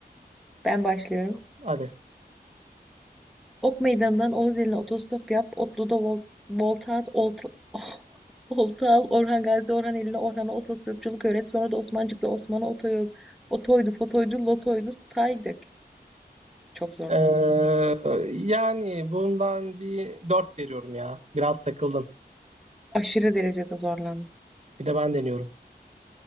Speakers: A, in the centre; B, on the right (about 40°).
A: Ben başlıyorum.
B: Hadi.
A: Ok Meydanı'ndan Oğuz eline otostop yap. Otlu'da vol volta at. Olta, <laughs> olta al. Orhan Gazi Orhan eline Orhan'a otostopçuluk öğret. Sonra da Osmancık'la Osman'a otoyol, otoydu, fotoydu, lotoydu, saydık. Çok zorlandım.
B: Ee, yani bundan bir 4 veriyorum ya. Biraz takıldın.
A: Aşırı derecede zorlandım.
B: Bir de ben deniyorum.